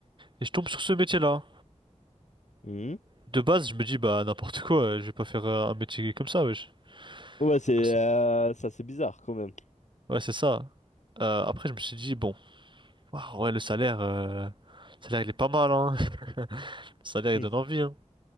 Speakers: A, on the right; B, on the left.
A: Et je tombe sur ce métier-là.
B: Mhm.
A: De base, je me dis, bah, n'importe quoi, euh, je vais pas faire euh, un métier comme ça, wesh.
B: Ouais, c'est
A: Ouais, c'est
B: euh, ça, c'est bizarre quand même.
A: ouais, c'est ça. Euh, après, je me suis dit, bon. Waouh, ouais, le salaire, euh, le salaire, il est pas mal, hein. <laughs> Le salaire, il
B: Hmm.
A: donne envie, hein.